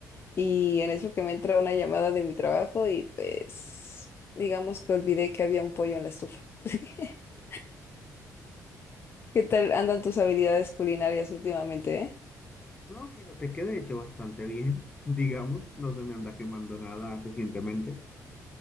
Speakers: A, on the left; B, on the left.
A: y en eso que me entra una llamada de mi trabajo y pues digamos que olvidé que había un pollo en la estufa. <laughs> ¿Qué tal andan tus habilidades culinarias últimamente, eh?
B: No, fíjate que de hecho bastante bien. <laughs> Digamos, no se me anda quemando nada recientemente.